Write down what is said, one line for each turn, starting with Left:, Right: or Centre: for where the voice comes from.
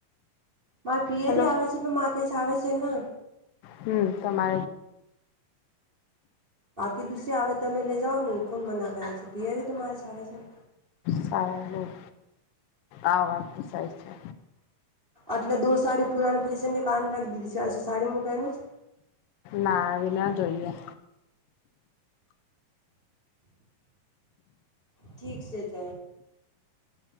Right: મારા પીયથી
Left: હેલો
Right: આવે છે તો મા કેસ આવે છે ને
Left: હમ તમારે
Right: બાકી દુસરી આવે તમે લે જાવને કોણ મના કરે છે પિયરી તો તમારીસ છે ને
Left: સારું આ વાંત સહ છે
Right: એટલે દો સાડી પુરાણી ફેશન કાન રાખી દીધી છે <unintelligible> હછી સાડી હું પહેન છ
Left: ના આવી ના જોઈએ
Right: ઠીક છે ત